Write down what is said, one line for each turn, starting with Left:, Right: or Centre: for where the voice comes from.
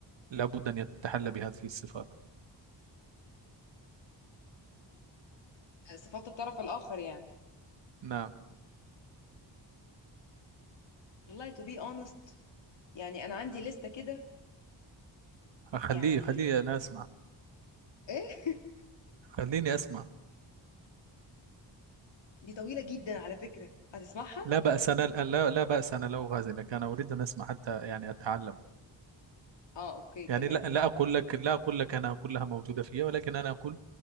Right: لابد أن يتحلى بهذه الصفات
Left: صفات الطرف الاخر يعني
Right: نعم
Left: والله to be honest يعني انا عندي لستة كده
Right: خليه
Left: يعني
Right: خليه أنا أسمع
Left: ايه <laughs>
Right: خليني أسمع
Left: دي طويله جدا على فكره هتسمعها
Right: لا بأس أنا لا لا بأس أنا لا أغازلك أنا أريد أن أسمع حتى يعني أتعلم
Left: اه اوكي تمام
Right: يعني لا لا أقول لك لا أقول لك أنا كلها موجودة فيا ولكن أنا أقول